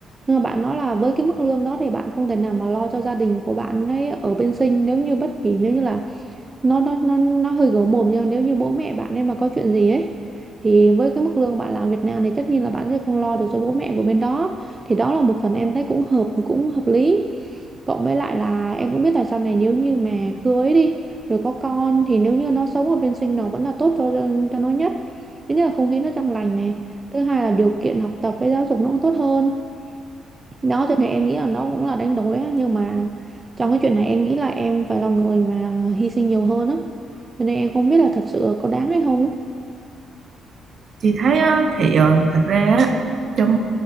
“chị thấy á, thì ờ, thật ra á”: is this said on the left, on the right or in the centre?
Right